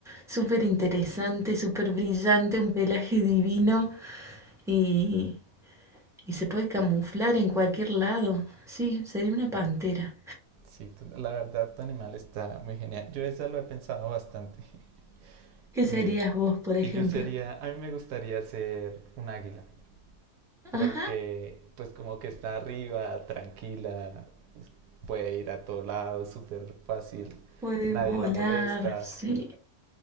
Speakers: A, in the centre; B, on the right.
A: súper interesante, súper brillante, un pelaje divino y, y se puede camuflar en cualquier lado. Sí, sería una pantera.
B: Sí, la verdad, tu animal está muy genial. Yo esa lo he pensado bastante. <laughs>
A: ¿Qué serías
B: Eh,
A: vos, por ejemplo?
B: y yo sería, a mí me gustaría ser un águila, porque
A: Ajá.
B: pues como que está arriba, tranquila, puede ir a todo lado, súper fácil,
A: Puede
B: nadie
A: volar,
B: la molesta,
A: sí.